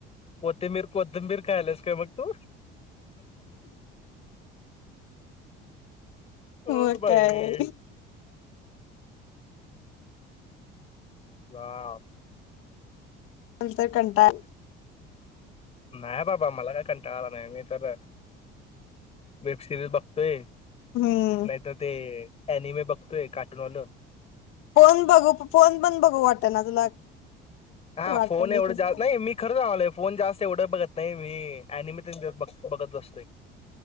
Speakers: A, on the left; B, on the left.
A: कोथिंबीर- कोथिंबीर खायल्यास काय मग तू? हो
B: मग
A: बाई.
B: काय
A: आह.
B: ल तर कंटाळा
A: नाही बाबा मला काय कंटाळला नाही. मी तर वेब सिरीज बघतोय.
B: हम्म
A: नाही तर ते अॅनिमे बघतोय कार्टुूनवालं.
B: फोन बघू फोन पण बघू वाटना तुला?
A: हा
B: वाटल
A: फोन एवढं
B: कस
A: जा नाही मी खरंच लावायलोय फोन जास्त एवढं बघत नाही मी ॲनिमे तेन बघत बसतोय.